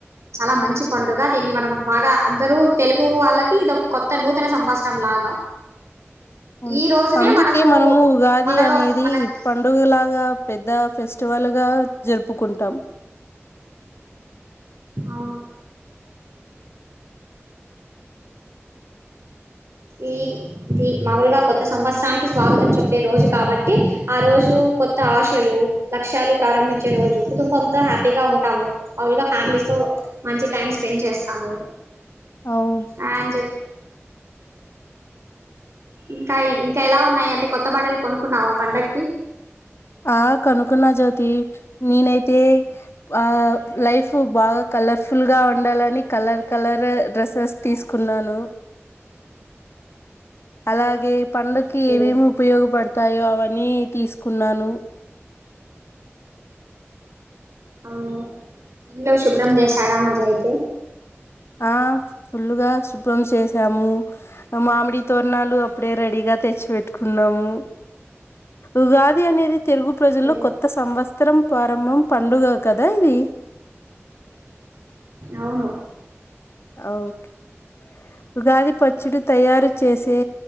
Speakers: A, on the right (about 70°); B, on the left (about 60°).
A: చాలా మంచి పండుగ దీన్ని మనం బాగా అందరూ తెలుగు వాళ్ళకి ఇది ఒక కొత్త నూతన సంవత్సరం లాగా
B: వును
A: ఈ రోజునే
B: అందుకే
A: మనకు
B: మనము ఉగాది
A: మనలో
B: అనేది
A: మనకు
B: పండుగలాగా పెద్ద ఫెస్ ఫస్ట్వాలుగా జరుపుకుంటాం
A: అవును ఈది మామూలుగా కొత్త సంవత్సరానికి స్వాగతం చెప్పే రోజు కాబట్టి ఆ రోజు కొత్త ఆశలు లక్ష్యాలు ప్రారంభించే రోజు కుటుంబం హ్యాపీగా ఉంటాము మామూలుగా ఫ్యామిలీస్ తో మంచి టైం స్పెండ్ చేస్తా అమో
B: అవును
A: ఆ చె ఇంకా ఇంకా ఎలా ఉన్నాయి అంటే కొత్త కొత్త బట్టలు కొనుక్కున్నావా పండగకి
B: ఆ కనుకున్న జ్యోతి నేనైతే ఆ లైఫ్ బాగా కలర్ఫుల్గా ఉండాలని కలర్ కలర్ డ్రెస్సెస్ తీసుకున్నాను అలాగే పండుకి
A: ఓకే
B: ఏమేమి ఉపయోగపడతాయో అవ తీసుకున్నాను
A: అవును ఇంట్లో శుభ్రం చేశారామరి అయితే
B: ఆ ఫుల్లుగా శుభ్రం చేసాము మామిడి తోరణాలు అప్పుడే రెడీగా తెచ్చిపెట్టుకున్నాము ఉగాది అనేది తెలుగు ప్రజల్లో
A: ఓకే
B: కొత్త సంవత్సరం ప్రారంభం పండుగ కదా ఇది
A: అవును
B: ఓకే ఉగాది పచ్చడి తయారు చేసే